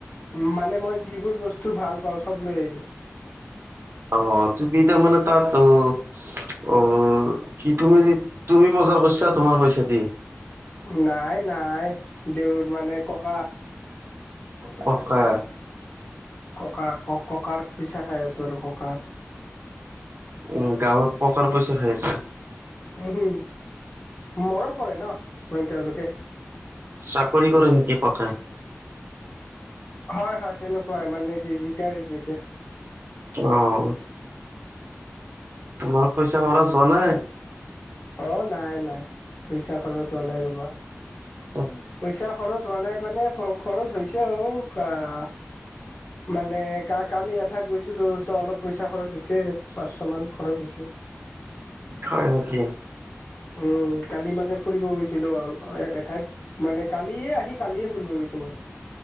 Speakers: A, on the left; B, on the right.
A: উম, মানে মই যিবোৰ বস্তু ভাল পাওঁ চব লৈ আহিলোঁ।
B: অ, তুমি তাৰমানে তাতো অ, কি তুমি -তুমি বজাৰ কৰছা তোমাৰ পইচা দি?
A: নাই -নাই দেউ মানে ককা।
B: ককা
A: ককা- ক -ককাৰ পইচা খাই আছোঁ আৰু ককাৰ।
B: উম! গাঁৱত ককাৰ পইচা খাই আছে।
A: ওহোঁ! মৰম কৰে ন', মেইন তেওঁলোকে।
B: চাকৰি কৰে নেকি ককাই?
A: হয়, হয়, তেনেকুৱাই মানে। ৰীটায়াৰ হৈছে, এতিয়া।
B: অ'! অ'! তোমাৰ পইচা খৰচ হোৱা নাই?
A: অ'! নাই, নাই। পইচা খৰচ হোৱা নাই ৰ'বা।
B: <unintelligible>
A: পইচা খৰচ হোৱা নাই, মানে, খৰচ হৈছে আৰু আঁ। মানে, কা কালি, এঠাইত গৈছিলোঁ। চ' অলপ পইচা খৰচ হৈছে, পাঁচশ মান খৰচ হৈছে।
B: হয়, নেকি?
A: উম! কালি মানে, ফুৰিব গৈছিলোঁ আৰু এঠাইত। মানে, কালিয়ে আহি, কালিয়ে ফুৰিব গৈছোঁ, মই।